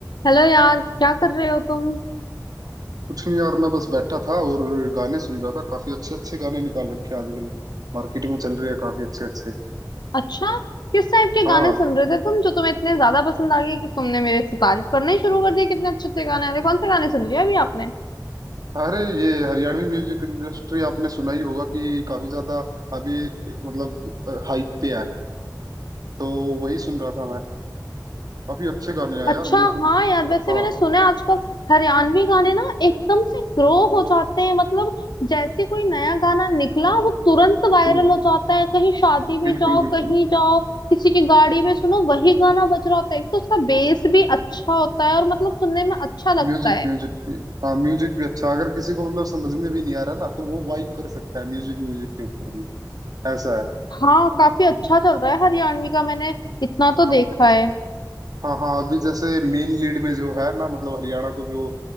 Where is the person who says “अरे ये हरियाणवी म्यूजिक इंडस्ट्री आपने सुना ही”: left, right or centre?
Right